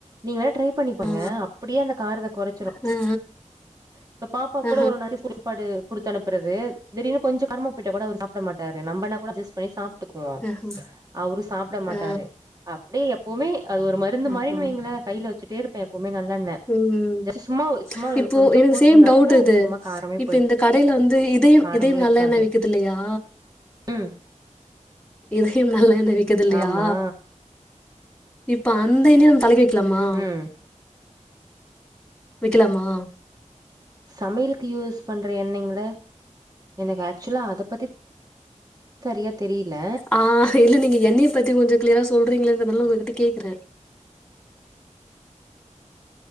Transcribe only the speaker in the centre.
ஆ ஆ
ஆஹா
ஆ
ஆஹா
ஆ
ஆஹா
ம்
இப்போ
எனக்
சேம் டவுட்
இது
இப்ப
இந்த கடையில வந்து இதயம்
இதயம் நல்லெண்ண
விக்கிதில்லையா
இதயம் நல்லெண்ண விக்கது இல்லையா
இப்ப அந்த எண்ணயு தலைக்கு வைக் கலாமா
வைக்லாமா
ஆ இல்ல நீங்க எண்ணய பத்தி கொஞ்சோ க்ளியரா சொல்றீங்கங்றனால உங்க கிட்ட கேக்றே